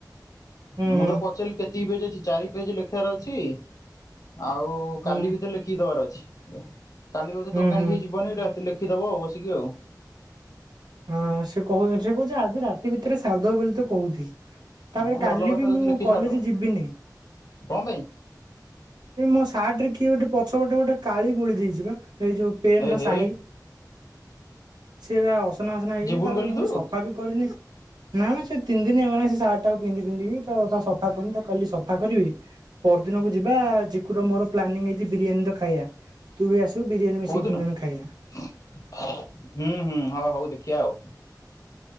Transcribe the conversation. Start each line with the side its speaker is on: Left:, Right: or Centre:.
Right: ହୁଁ
Left: ମୁଁ
Right: ହୁଁ
Left: ତାକୁ ପଚାରିଲି କେତକି ପେଜ ଅଛି ଚାରି ପେଜ ଲେଖିବାର ଅଛି। ଆଉ
Right: ହୁଁ
Left: କାଲି ଭିତରେ ଲେଖିକି ଦବାର ଅଛି। କାଲି ବୋଧେ
Right: ହୁଁ
Left: ଦୋକାନ
Right: ହୁଁ
Left: ଠି ଯି ବନି ରାତି ଲେଖିଦବ ବସିକି ଆଉ।
Right: ହଁ ସେ କହୁଚି, ସେ କହୁଛି ଆଜି ରାତି ଭିତରେ ସାରିଦବ ବୋଲି ତ କହୁଛି, ତା ମାନେ
Left: ହଁ
Right: କାଲି
Left: ଭଲ କଥା
Right: ବି
Left: ଯଦି
Right: ମୁଁ
Left: ଲେଖି
Right: କଲେଜ୍
Left: ସାରିଦବ
Right: ଯିବିନି।
Left: କଣ ପାଇଁ
Right: ଏଇ ମୋ ସାର୍ଟ ରେ କିଏ ଗୋଟେ ପଛପଟେ ଗୋଟେ କାଳି ବୋଳି ଦେଇଛି ବା। ଏଇ ଯୋଉ ପେନ୍
Left: ଏ
Right: ର
Left: ହେ
Right: ସାହି, ସିଏ ବା ଅସନା ମସନା ହେଇଯାଇଛି।
Left: ଯିବୁନୁ
Right: ତାପରେ
Left: କାଲି
Right: ମୁଁ
Left: ତୁ
Right: ବି ସଫା ବି କରିନି। ନା ମୋ ସେ ତିନି ଦିନ ଏ ମାନେ ସେ ସାର୍ଟ ଟାକୁ ପିନ୍ଧି ପିନ୍ଧିକି ତ ସଫା କରନି। ତାକୁ କାଲି ସଫା କରିବି। ପରଦିନକୁ ଯିବା ଚିକୁର ମୋର ପ୍ଲାନିଂ ହେଇଛି ବିରିୟାନୀ ତ ଖାଇବା। ତୁ ବି ଆସିବୁ ବିରିୟାନୀ ମିଶି
Left: କୋଉଦିନ
Right: ତିନିଜଣ ଖାଇବା।
Left: ହୁଁ, ହୁଁ, ହୋ ହଉ ଦେଖିଆ ଆଉ।